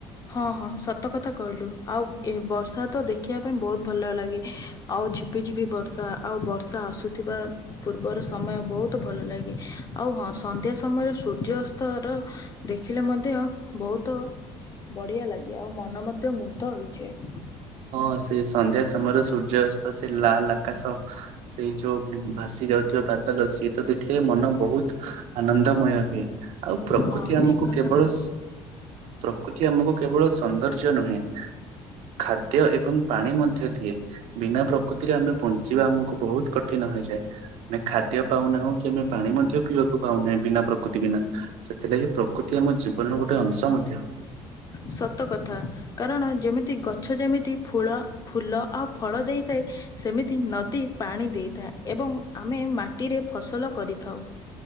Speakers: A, on the left; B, on the right.
A: ହଁ, ହଁ ସତ କଥା କହିଲୁ। ଆଉ ଏ ବର୍ଷା ତ ଦେଖିବା ପାଇଁ ବହୁତ ଭଲ ଲାଗେ। ଆଉ ଝିପ ପି ଝିପି ବର୍ଷା, ଆଉ ବର୍ ଷା ଆସୁଥିବା ପୂର୍ବର ସମୟ ବହୁତ ଭଲ ଲାଗେ। ଆଉ ହଁ ସନ୍ଧ୍ୟା ସମୟରେ ସୂର୍ଯ୍ୟ ତର ଦେଖିଲେ ମଧ୍ୟ ବୋହୁତ ବଢିଆ ଲାଗେ ଆଉ ମନ ମଧ୍ୟ ମୁଗ୍ଧ ହୋଇଯାଏ।
B: ହଁ ସେ ସନ୍ଧ୍ୟା ସମୟରେ ସୂ ସେ ଲାଲ ଆକାଶ ସେଇ ଯୋଉ ଭାସି ଯାଉଥିବା ବାଦଲ ସିଏ ତ ଦେଖିଲେ ମନ ବହୁତ ଆନନ୍ଦମୟ ହୁଏ ଆଉ ପ୍ରକୃତି
A: ହଁ
B: ଆମକୁ
A: ଠିକ୍ କଥା
B: କେବଳ
A: କହିଲୁ।
B: ପ୍ରକୃତି ଆମକୁ କେବଳ ସୌନ୍ଦର୍ଯ୍ୟ ନୁହେଁ ଖାଦ ଏବଂ ପାଣି ମଧ୍ୟ ଦିଏ ବିନା ପ୍ରକୃତିରେ ଆମେ ବଞ୍ଚିବା ଆମକୁ ବହୁତ କଠିନ ହୋଇଯାଏ। ଖାଦ୍ୟ ପାଉନାହୁଁ କିମା ପାଣି ମଧ୍ୟ ପିଇବାକୁ ପାଉନାହିଁ ବିନା ପ୍ରକୃତି ବିନା ସେଥିଲାଗି ପ୍ରକୃତି ଆମ ଜୀବନରେ ଗୋଟେ ଅଂଶ ମଧ୍ୟ।
A: ସତ କଥା କାରଣ ଯେମିତି ଗଛ ଯେମିତି ଫୁଳ ଫୁଲ ଆଉ ଫଳ ଦେଇଥାଏ ସେମିତି ତି ନଦୀ ପାଣି ଦେଇଥାଏ ଏବଂ ଆମେ ମାଟିରେ ଫସଲ କରିଥାଉ।